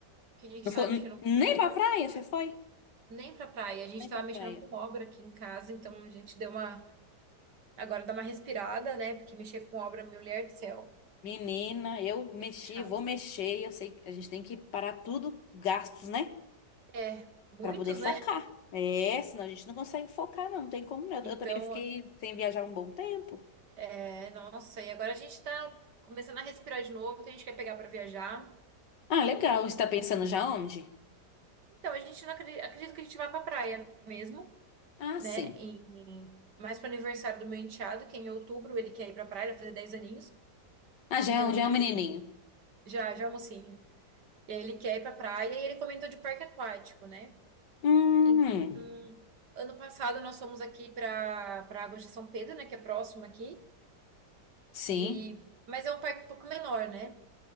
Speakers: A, on the right; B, on the left.
A: que a gente
B: Não foi,
A: tava mexendo
B: n- nem pra praia, você foi?
A: nem pra praia, a gente
B: Nem
A: tava
B: pra
A: mexendo
B: praia.
A: com obra aqui em casa, então a gente deu uma Agora dá uma respirada, né? Porque mexer com obra, mulher do céu,
B: Menina, eu mexi,
A: é puxado.
B: vou mexer. Eu sei que a gente tem que parar tudo, gastos, né?
A: É, muitos,
B: Pra poder focar.
A: né?
B: É, senão a gente não consegue focar, não, não tem como. não. Eu,
A: Então,
B: eu também fiquei sem viajar um bom tempo.
A: é, nossa, e agora a gente tá começando a respirar de novo, então a gente quer pegar pra viajar.
B: Ah, legal.
A: E-
B: Você tá pensando já onde?
A: Então, a gente não acredita, acredito que a gente vá pra praia mesmo,
B: Ah,
A: né?
B: sim.
A: Em, em- mais pro aniversário do meu enteado, que é em outubro ele quer ir pra praia, ele vai fazer 10 aninhos.
B: Ah, já
A: Então
B: é um,
A: ele
B: já é um menininho.
A: já, já é mocinho. E aí ele quer ir pra praia e ele comentou de parque aquático, né?
B: Hum,
A: Então, ano passado nós fomos aqui para para Águas de São Pedro, né, que é próximo aqui,
B: sim.
A: e mas é um parque um pouco menor, né?